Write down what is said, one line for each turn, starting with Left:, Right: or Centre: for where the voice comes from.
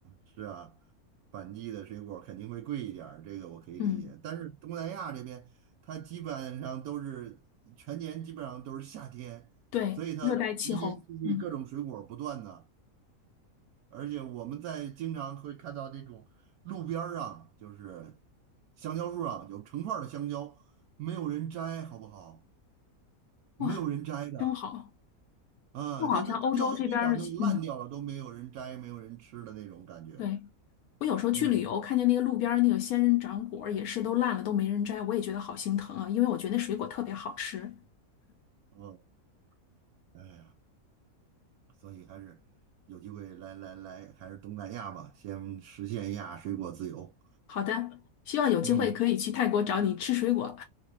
Right: 是啊，反季的水果儿肯定会贵一点儿，这个我可以理解。
Left: 嗯，
Right: 但是东南亚这边，它基本上都是全年基本上都是夏天，
Left: 对，
Right: 所以它一年四季各种水果儿不断的。
Left: 热带气候，嗯，
Right: 而且我们在经常会看到那种路边儿上，就是香蕉树上有成串儿的香蕉，没有人摘，好不好？
Left: 哇，
Right: 没有人摘的，
Left: 真好，
Right: 啊，
Left: 就好像欧洲这边儿的西嗯，
Right: 就是掉到地上都烂掉了，都没有人摘，没有人吃的那种感觉。
Left: 对，我有时候去旅游，
Right: 嗯，
Left: 看见那个路边儿那个仙人掌果儿也是都烂了，都没人摘，我也觉得好心疼啊，因为我觉得那水果特别好吃。
Right: 哦哎呀，所以还是有机会来来来，还是东南亚吧，先实现一下水果自由。
Left: 好的，希望有机会可以去泰国找你吃水果。
Right: 嗯，